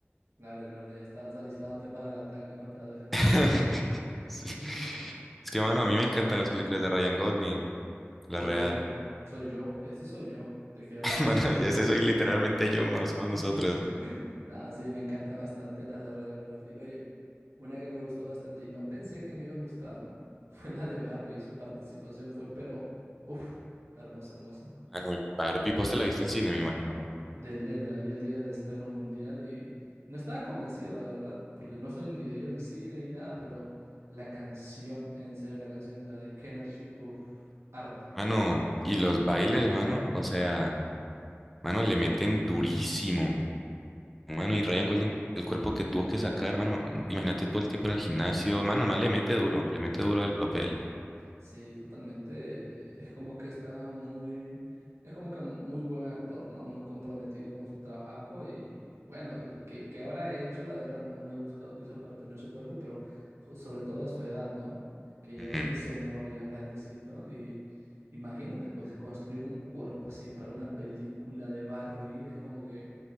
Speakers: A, on the right; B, in the centre.
A: Claro, claro, ya estabas alistándote para el ataque, ¿no? Para defender
B: <laughs>
A: La La Land.
B: Sí.
A: <laughs>
B: Es que, mano, a mí me encantan las películas de Ryan Golding, la
A: Uy,
B: real.
A: soy yo, ese soy yo. ¿De qué hablas
B: <laughs>
A: tú?
B: Mano, ya ese soy literalmente yo, mano, somos nosotros.
A: <laughs> No, sí, me encanta bastante las de Ryan Gosling. Oye, una que me gustó bastante y no pensé que me iba a gustar <laughs> fue la de Barbie. Su participación fue, pero, uff, hermosa, hermosa.
B: Mano, y Barbie, vos te la viste en cine, me imagino, ¿no?
A: De ley, me la vi el día de estreno mundial y no estaba convencido, la verdad, porque no soy ni de ir al cine ni nada, pero la canción, en serio, la canción, la de Kenergy, uff, arte.
B: Mano, y los bailes, mano, o sea, mano, le meten durísimo. Mano, y Ryan Golding, el cuerpo que tuvo que sacar, mano, no- imagínate todo el tiempo en el gimnasio. Mano, el man le mete duro, le mete duro al papel.
A: Sí, totalmente. eh, Es como que está muy, es como que muy buen actor, ¿no? Muy comprometido con su trabajo y bueno, ¿qué, qué habrá hecho? La verdad no, no he buscado qué hizo para tener su cuerpo, pero jo- sobre todo a su edad, ¿no? Que ya
B: Mm,
A: es un señor ya grandecito y imagínate, pues construir un cuerpo así para una película de Barbie, es como que,